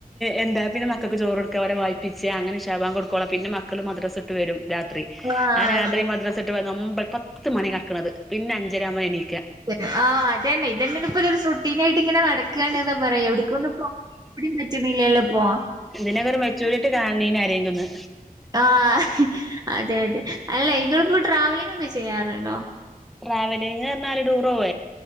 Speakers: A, in the centre; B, on the right (about 25°).
A: എന്താ പിന്നെ മക്കക്ക് ചോറൊട്ക്കാ അവരെ വായ്പ്പ് ചാ ങ്ങനെ ഇഷാ ബാങ്കൊട്ക്കോളം പിന്നെ മക്കള് മദ്രസട്ട് വരും രാത്രി
B: അതെ
A: ആ രാത്രി മദ്രട്ട് വന്ന് ഒമ്പത് പത്ത് മണി ആവും കെട്ക്കണത് പിന്നെ അഞ്ചരാമ്പ എണീക്ക
B: ങാ... അതെന്നെ.. ഇതന്നിപ്പൊരു സ്രുട്ടീനായിട്ടിങ്ങനെ നടക് ക്കാണ്ന്ന് പറയാ. എവിടിക്കൊന്ന് പോ <inaudible> പറ്റ്ണില്ലല്ലപ്പൊ...
A: തിനെക്കൊരു മെച്ചൂരിട്ടി കാണിണീന് ആരേലൊന്ന്.
B: ആഹ്ഹ്... അതെ.. അതെ.. അല്ല ഇങ്ങളിപ്പൊ ട്രാവലിംഗൊക്കെ ചെയ്യാറ്ണ്ടോ..?
A: ട്രാവലിങ്റഞ്ഞാല് ടൂറോവേ...?